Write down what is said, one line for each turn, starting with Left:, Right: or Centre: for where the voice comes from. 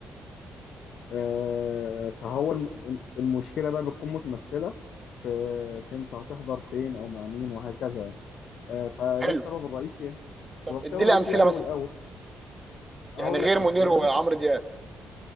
Left: آه، فهو الم- المشكله بقى بتكون متمثله في في انت هتحضر فين او مع مين وهكذا يعني. آه، فده
Right: حلو
Left: السبب الرئيسي يعني.
Right: طب
Left: السبب
Right: ادي
Left: الرئيسي
Right: لي امثله
Left: يعني
Right: مثلا
Left: هو الاول هقول
Right: يعني غير
Left: لك على
Right: منير
Left: حاجه يعني
Right: وعمرو
Left: مثلا
Right: دياب